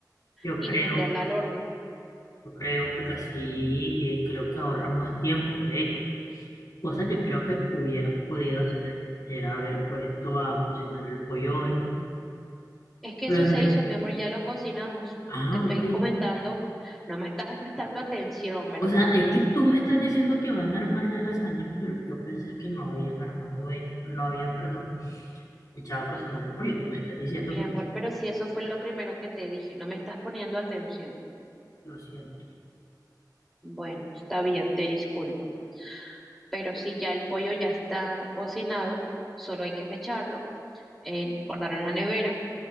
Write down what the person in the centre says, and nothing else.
y
meterla al horno.
Es que
eso
se hizo, mi amor, ya lo cocinamos.
Te estoy
comentando, no me estás prestando atención, ¿verdad?
Mi
amor, pero si eso fue lo primero que te dije, no me estás poniendo atención.
Bueno, está bien, te disculpo. Pero si ya el pollo ya está cocinado, solo hay que mecharlo, eh, guardarlo en la nevera,